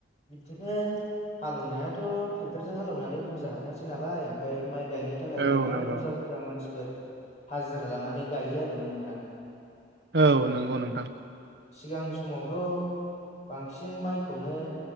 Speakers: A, on the left; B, on the right.
A: बिदिनो हालौवनायाथ' ट्रेक्टरजों हालौवनानै बुरजा हाखासै नालाय मफ्रायाय माइ गायनाय थाखाय
B: औ
A: गोबां
B: नंगौ
A: बुरजा बुरजा मानसिफोर हाजिरा लानानै गायो आरोना नोंथां
B: औ नंगौ नोंथां
A: सिगां समावथ' बांसिन माइखौनो